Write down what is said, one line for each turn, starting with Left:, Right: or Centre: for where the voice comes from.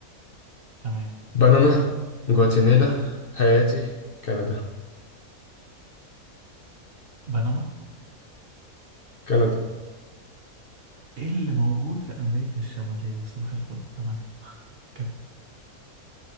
Right: تمام
Left: بنما جواتيمالا
Right: لا
Left: هايتي كندا
Right: بنما
Left: كندا
Right: ايه اللي موجود في أمريكا الشمالية صباح الفل تمام كت.